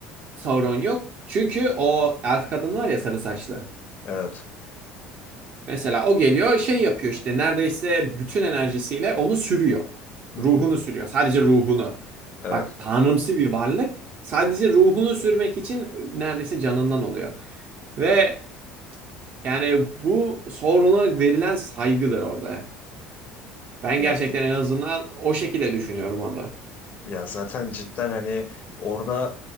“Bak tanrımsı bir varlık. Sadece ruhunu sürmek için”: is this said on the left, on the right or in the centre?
Right